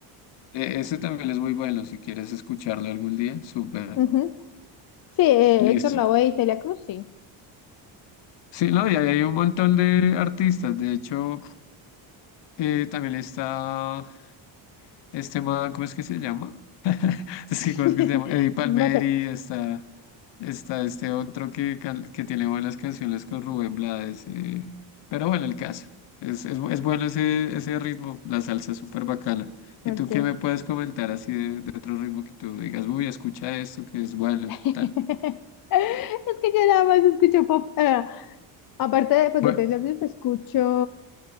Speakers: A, on the left; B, on the left.
A: e- ese también es muy bueno, si quieres escucharlo algún día, súper.
B: Ujú. Sí, eh,
A: Listo.
B: Héctor Lavoe y Celia Cruz, sí.
A: Sí, no, y ahí hay un montón de artistas, de hecho, eh, también está... Este man, ¿cómo es que se llama? <laughs> Es
B: <laughs>
A: que, ¿cómo es que se llama? Eddie Palmieri,
B: No sé.
A: está, está este otro que, can- que tiene buenas canciones con Rubén Blades. eh, Pero bueno, el caso. Es, es, bu- es bueno ese, ese ritmo, la salsa es súper bacana.
B: Ok.
A: ¿Y tú qué me puedes comentar así de, de otro ritmo que tú digas, uy, escucha esto que es bueno,
B: <laughs>
A: tal?
B: Es que yo nada más escucho pop. ah, Aparte de, pues,
A: Bueno,
B: de Taylor Swift, escucho...